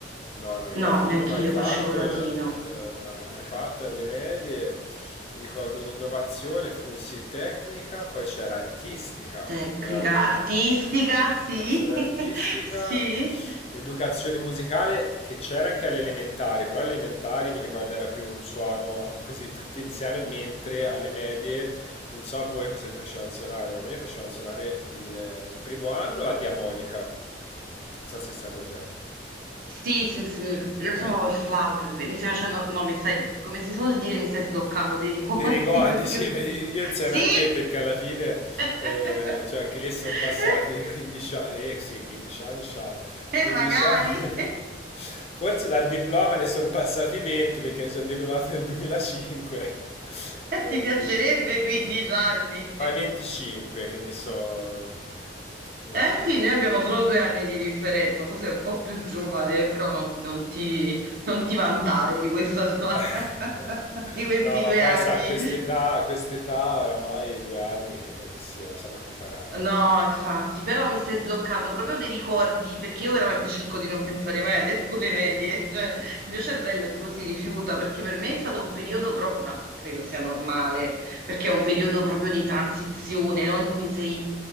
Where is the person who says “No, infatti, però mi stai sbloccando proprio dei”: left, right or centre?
Right